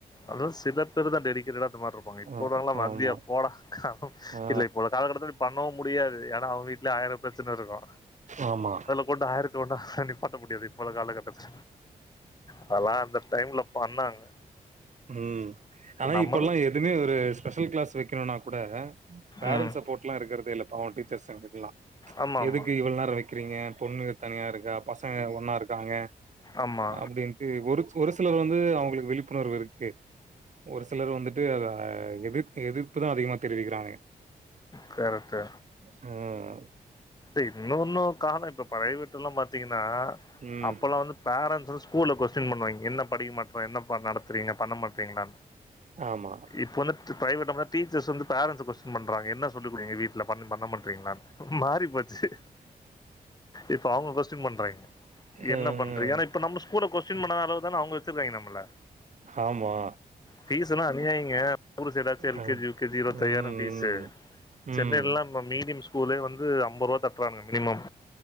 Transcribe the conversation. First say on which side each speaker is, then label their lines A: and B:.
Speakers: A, on the left; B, on the right.
A: அத சில பேர்தா டெடிகேட்டடா அந்த மாரி இருப்பாங்க இப்போவுல்லாவங்லா
B: ஆ
A: வந்தியா
B: ஆமா.
A: போடா
B: ஆ
A: இல்ல இப்போ காலகட்டத்துல பண்ணவு முடியாது ஏன்னா அவுங்க வீட்ல ஆயரோ பிரச்சன இருக்கு
B: ஆமா
A: கொண்டா ஆய்ரத்த கொண்டா <unintelligible> பண்ண முடியாது இப்போல காலகட்டத் அதுல்லா அந்த டைம்ல பண்ணாங்
B: ம் ஆனா
A: நம்ம
B: இப்பல்லா எதுமே இவரு ஸ்பெஷல் க்ளாஸ் வைக்கணுனா கூட பேரண்ட்ஸ்
A: ம்
B: சப்போர்ட்ல்லா இருக்றதே இல்ல பாவு டீச்சர்ஸ் எங்ளுக்குலா
A: ஆமா
B: எதுக்கு
A: ஆமா
B: இவ்ளோ நேரோ வ க்கிறீங்க பொண்ணு தனியா இருக்கா பசங்க ஒன்னா இருக்காங்க
A: ஆமா
B: அப்டின்னு ஒரு ஒரு சிலர் வந்து அவுங்களுக்கு விழிப்புணர்வு இருக்கு ஒரு சிலர் வந்துட்டு அத எதிர்பு எதிர்ப்புதா அதிகமா தெரிவிக்கிறாங்க
A: கரெட்டு
B: ம்
A: இ இன்னொன்னு காரணோ இப்ப பிரைவேட்லல்லா பார்த்திங்கன்னா
B: ம்.
A: அப்பல்லா வந்து பேரன்ட்ஸ் ஸ்கூல்ல கொஸ்டின் பன்னுவாங்க என்ன படிக்க மாட்ற என்ன நட ரீங்க பண்ண மாட்டீங்ளா
B: ஆமா.
A: இப்ப வந்து பிரைவேட்ல நம்ல டீச்சர்ஸ்ஸ வந்து பேரன்ட்ஸ கொஸ்டின் பண்றாங்க என்ன சொல்லிகுடுங்க வீட்ல பண்ண பண்ணமாட்ரீங்லானு போச்சு இப்ப அவுங்க கோஸ்ட்டீன் பண்றாங்க
B: அ
A: என்ன பண்ற ஏனா இப்ப நம்ம ஸ்கூல கொஸ்டின் பண்ணாத அளவு தான அவுங்க வச்ருக்காங்க நம்மள
B: ஆமா
A: பீஸ்ஸூ எல்லா அனியாயங்க ஊரு சைடாச்சு எல்
B: அ
A: கே ஜி யு கேஜஜி இருபத்தையாயிரோ
B: ம்,
A: ஃபீஸ்ஸூ
B: ம், ம்.
A: சென்னைல்லா ம மீடியம் ஸ்கூலே வந்து அம்பது ருவா தட்றாங்க மினிமம்